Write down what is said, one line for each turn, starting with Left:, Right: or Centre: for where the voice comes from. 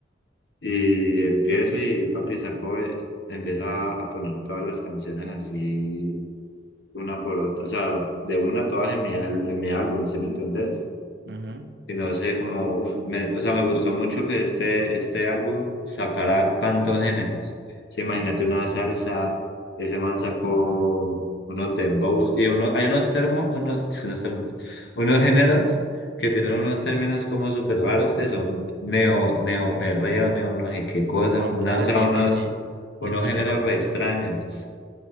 Left: Y empiezo y papi saco, eh, empieza a poner todas las canciones así, una por otra, o sea, de una todas en mi, al- en mi álbum, ¿sí me entendés?
Right: ujú.
Left: sino sé, como, uf, me- o sea, me gustó mucho que este, este álbum sacara tantos géneros. Sí, imagínate una salsa, ese man sacó unos dembows y uno, hay unos termos, unos, <laughs> unos termos, unos géneros que tienen unos términos como súper raros que son neo, neoperreo, neo no sé qué cosas,
Right: Ok,
Left: una-
Right: Ah,
Left: o sea,
Right: sí,
Left: unos,
Right: sí, sí,
Left: unos
Right: sí he escuchado.
Left: géneros re extraños.